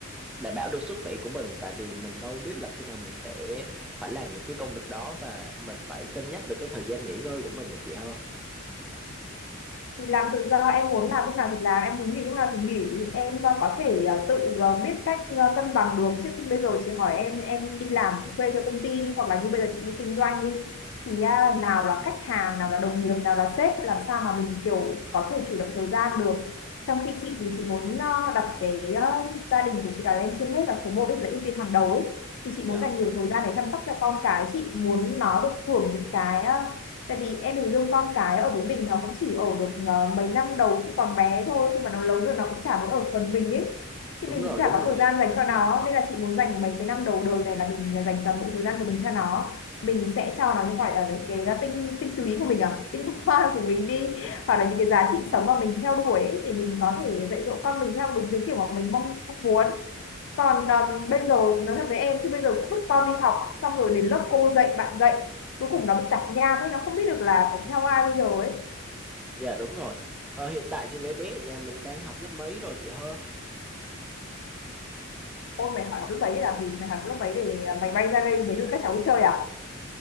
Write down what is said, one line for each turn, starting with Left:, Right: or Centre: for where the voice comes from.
Centre: đảm bảo được sức khỏe của mình tại vì mình đâu biết là khi nào mình sẽ phải làm những cái công việc đó và mình phải cân nhắc được cái thời gian nghỉ ngơi của mình nữa chị hơn.
Left: thì làm tự do em muốn làm lúc nào thì làm em muốn nghỉ lúc nào thì nghỉ em ờ, có thể ờ, tự ờ, biết cách ờ, cân bằng được chứ bây giờ chị hỏi em em đi làm thuê cho công ty đi hoặc là như bây giờ chị đi kinh doanh đi thì à, nào là khách hàng nào là đồng nghiệp nào là sếp làm sao mà mình kiểu có thể chủ động thời gian được trong khi chị thì chị muốn ờ, đặt cái ờ, gia đình của chị là lên trên hết và số 1 là ưu tiên hàng đầu ấy thì chị
Centre: Dạ,
Left: muốn dành nhiều thời gian để chăm sóc cho con cái chị muốn nó được hưởng những cái ờ, tại vì em hình dung con cái ở với mình nó cũng chỉ ở được ờ, mấy năm đầu khi còn bé thôi khi mà nó lớn rồi nó cũng chả muốn ở phần mình ấy thì
Centre: đúng
Left: mình
Centre: rồi,
Left: cũng chả
Centre: đúng
Left: có
Centre: rồi.
Left: thời gian dành cho nó nên là chị muốn dành mấy cái năm đầu đời này là mình dành toàn bộ thời gian của mình cho nó mình sẽ cho nó những gọi là những cái ờ, tinh tinh túy của mình à tinh <laughs> hoa của mình đi
Centre: <laughs>
Left: hoặc là những cái giá trị sống mà mình theo đuổi ấy, thì mình có thể dạy dỗ con mình theo đúng cái kiểu mà mình mong, mong muốn còn à, bây giờ nói thật với em chứ bây giờ cũng vứt con đi học xong rồi đến lớp cô dạy bạn dạy cuối cùng nó bị tạp nham ấy nó không biết được là phải theo ai bây giờ ấy
Centre: Dạ, đúng rồi. Ờ, hiện tại thì mấy bé ở nhà mình đang học lớp mấy rồi chị hơ?
Left: ôi mày hỏi học lớp mấy để làm gì mày hỏi học lớp mấy để à, mày bay ra đây mày đưa các cháu đi chơi à